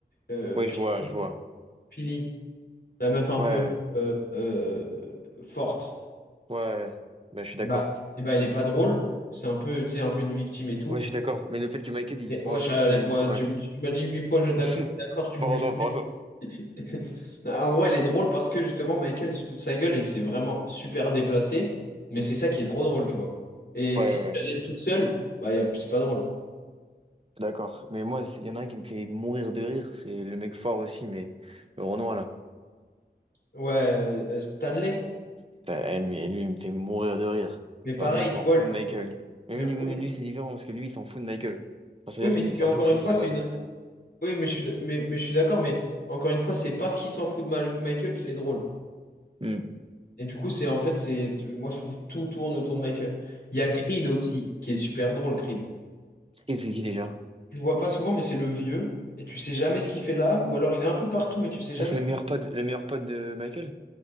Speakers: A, on the left; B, on the right.
A: euh,
B: Ouais, je vois,
A: Philly,
B: je vois.
A: Philly, la meuf un
B: Ouais,
A: peu euh, euh, forte.
B: ouais. Ben, je suis d'accord.
A: Et bah, et bah, elle est pas drôle. C'est un peu, tu sais, un peu une victime et tout.
B: Ouais, je suis d'accord. Mais le fait que Michael, il
A: Mais
B: se
A: wesh,
B: mange,
A: euh,
B: il
A: laisse-moi,
B: se... Ouais.
A: tu, tu m'as dit huit fois je suis d'ac-
B: <laughs>
A: d'accord, tu me...
B: Pardon, pardon.
A: tu- <laughs> Non, En gros, elle est drôle parce que justement, Michael, il se fout de sa gueule et c'est vraiment super déplacé, mais c'est ça qui est trop drôle, tu vois. Et
B: Ouais,
A: si
B: ouais.
A: tu
B: ouais.
A: la laisses toute seule, bah, y a- c'est pas drôle.
B: D'accord. Mais moi, il y en a un qui me fait mourir de rire. C'est le mec fort aussi, mais le Renoir, là.
A: Ouais, euh, euh, Stanley,
B: Putain, eh, mais lui, il me fait mourir de rire.
A: mais pareil,
B: Genre, lui, il s'en
A: tu vois,
B: fout
A: lui-
B: de Michael, lui. Mais
A: mais,
B: lui, lui,
A: oui,
B: mais lui, c'est différent parce que lui, il s'en fout de Michael. Enfin, C'est-à-dire
A: oui, mais,
B: qu'il
A: mais
B: s'en
A: encore
B: fout que ce
A: une
B: soit
A: fois,
B: son
A: c'est
B: boss.
A: une... Oui, mais je suis, d- mais, mais je suis d'accord, mais encore une fois, c'est parce qu'il s'en fout de Mal- Michael qu'il est drôle.
B: Hmm.
A: Et du coup, c'est en fait, c'est moi, je trouve tout tourne autour de Michael. Il y a Creed aussi, qui est super drôle, Creed.
B: C'est c'est qui déjà?
A: Tu le vois pas souvent, mais c'est le vieux, et tu sais jamais ce qu'il fait là, ou alors il est un peu partout, mais tu sais jamais.
B: Ah, c'est le meilleur pote, le meilleur pote de Michael?